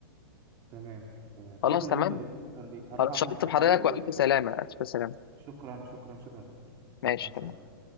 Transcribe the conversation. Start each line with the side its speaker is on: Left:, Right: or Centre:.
Right: تمام تمام
Left: خلاص
Right: شكرا
Left: تمام
Right: ليك يا دكتور شكرا ليك هروح
Left: خلاص
Right: اعمل
Left: شرطت
Right: التحاليل
Left: بحضرتك والف سلامه الف سلامه
Right: شكرا شكرا شكرا يا دكتور
Left: ماشي
Right: مع السلامة
Left: تمام